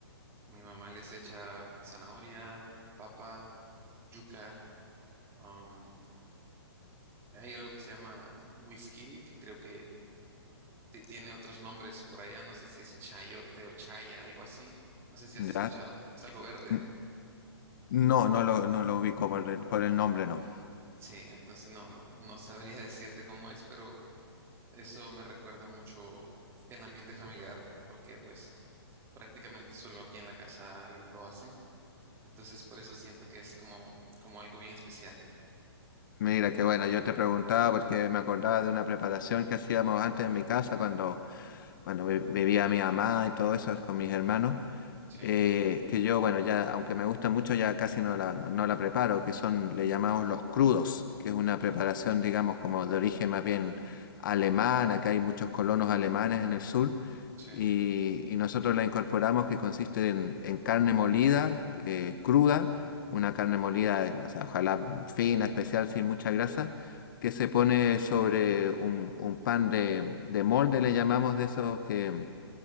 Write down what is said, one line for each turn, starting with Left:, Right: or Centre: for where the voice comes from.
Right: mi mamá les echa zanahoria, papa, yuca. um, hay algo que se llama whisky, que creo que t- tiene otros nombres por allá, no sé si es chayote o chaya, algo así, no sé si has escuchado,
Left: Ya.
Right: es algo verde,
Left: N- No, no lo, no lo ubico por el, por el nombre, no.
Right: sí, entonces no, no, no sabría <laughs> decirte cómo es, pero eso me recuerda mucho el ambiente familiar, porque pues prácticamente solo aquí en la casa lo hacen, entonces por eso siento que es como, como algo bien especial,
Left: Mira, que bueno, yo te preguntaba porque me acordaba de una preparación que hacíamos antes en mi casa cuando cuando vi- vivía mi mamá y todo eso con mis hermanos,
Right: sí,
Left: eh, que yo, bueno, ya, aunque me gusta mucho, ya casi no la, no la preparo, que son, le llamamos los crudos, que es una preparación, digamos, como de origen más bien alemán, acá hay muchos colonos alemanes en el sur,
Right: sí,
Left: y, y nosotros la incorporamos que consiste en, en carne molida, eh, cruda, una carne molida, o sea, ojalá fina, especial, sin mucha grasa, que se pone sobre un, un pan de, de molde, le llamamos de esos que,